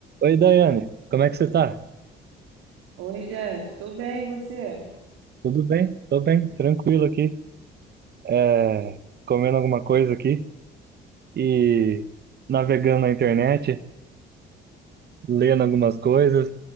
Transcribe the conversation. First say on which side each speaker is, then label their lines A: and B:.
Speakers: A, on the right; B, on the right.
A: Oi, Daiane, como é que você tá?
B: Oi, Jeff, tudo bem, e você?
A: Tudo bem? Tô bem, tranquilo aqui. É, comendo alguma coisa aqui e navegando na internet, lendo algumas coisas. O